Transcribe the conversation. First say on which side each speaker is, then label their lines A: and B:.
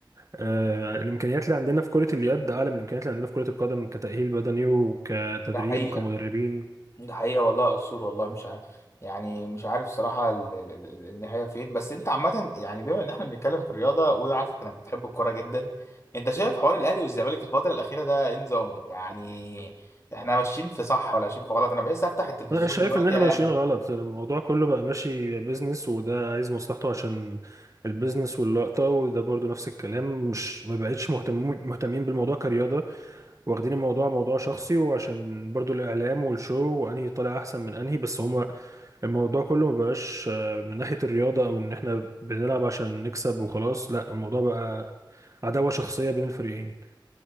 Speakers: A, on the right; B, on the left.
A: آه الامكانيات اللي عندنا في كرة اليد اعلى من الامكانيات اللي عندنا في كرة القدم كتأهيل بدني وكتدريب
B: ده حقيقة
A: وكمدربين
B: ده حقيقة والله السور والله مش ع... يعني مش عارف صراحة ال... ال... ال- النهاية فين بس انت عامة يعني بما ان احنا بنتكلم في الرياضة وانا عارفك انك بتحب الكورة جدا انت شايف حوار الاهلي والزمالك الفترة الأخيرة ده ايه نظامه يعني احنا ماشيين في صح ولا ماشيين في غلط انا بحس افتح التلفزيون
A: انا شايف
B: دلوقتي
A: ان احنا
B: الاقي
A: ماشيين غلط الموضوع كله بقى ماشي بيزنس وده عايز مصلحته عشان البيزنس واللقطة وده برضو نفس الكلام مش ما بقتش مهتم مهتمين بالموضوع كرياضة واخدين الموضوع موضوع شخصي وعشان برضو الاعلام والشو وانهي طالع احسن من انهي بس هما الموضوع كله ما بقاش آه، من ناحية الرياضة او ان احنا بنلعب عشان نكسب وخلاص لا الموضوع بقى عداوة شخصية بين الفريقين